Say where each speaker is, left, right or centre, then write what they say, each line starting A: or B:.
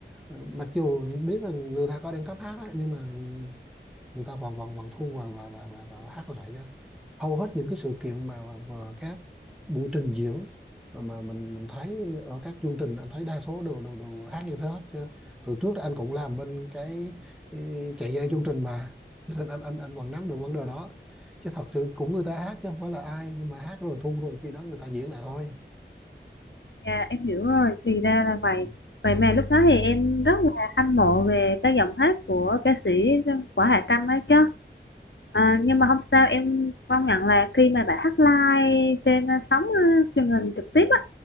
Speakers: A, in the centre; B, on the left.
A: Ờ, mặc dù biết là người ta có đang cấp hát á, nhưng mà người ta vẫn vẫn vẫn thu và và và, và, và hát lại đó hầu hết những cái sự kiện mà vừa các buổi trình diễn mà mình mình thấy ở các chương trình anh thấy đa số đều đều, đều hát như thế hết chứ từ trước thì anh cũng làm bên cái cái chạy dây chương trình mà cho nên anh anh anh vẫn nắm được vấn đề đó chứ thật sự cũng người ta hát chứ không phải là ai nhưng mà hát rồi thu rồi khi đó người ta diễn lại thôi
B: Dạ, em hiểu rồi, thì ra là vậy.
A: ừ.
B: Vậy mà lúc đó thì em rất là hâm mộ về cái giọng hát của ca sĩ Quả Hà Trâm ấy chứ. À, nhưng mà không sao em công nhận là khi mà bà hát live trên ờ, sóng ờ, truyền hình trực tiếp á,